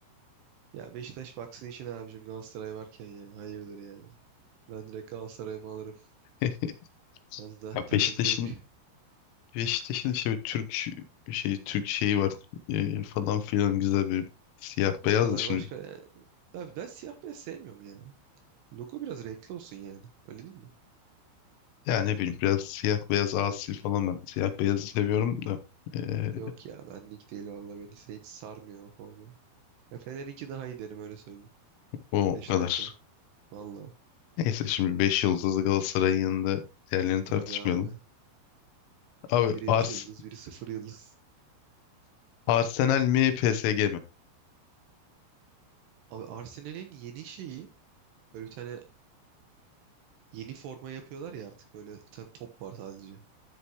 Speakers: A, on the right; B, on the left.
A: Ya Beşiktaş baksın işine abicim Galatasaray varken ya. Hayırdır yani. Ben direkt Galatasaray'ımı alırım.
B: <laughs>
A: Biraz da
B: Ya
A: takımcılık.
B: Beşiktaş'ın Beşiktaş'ın işte bir Türk ş- şey Türk şeyi var ee, falan filan güzel bir siyah
A: O
B: beyaz
A: kadar
B: da şimdi
A: başka. yani. Abi ben siyah beyaz sevmiyorum ya. Logo biraz renkli olsun yani. Öyle değil mi?
B: ya ne bileyim biraz siyah beyaz asi falan ben siyah beyazı seviyorum da ee,
A: Yok ya benlik değil valla beni se- hiç sarmıyor o forma. Ya Fener'inki daha iyi derim öyle söyleyeyim.
B: o
A: Beşiktaş'tan.
B: kadar.
A: Valla.
B: Neyse şimdi 5 yıldızlı Galatasaray'ın yanında diğerlerini tartışmayalım.
A: Tabii abi.
B: Abi
A: Biri
B: Ars
A: 3 yıldız, biri sıfır yıldız.
B: Arsenal mi PSG mi?
A: Abi Arsenal'in yeni şeyi böyle bir tane yeni forma yapıyorlar ya artık böyle bir tane top var sadece.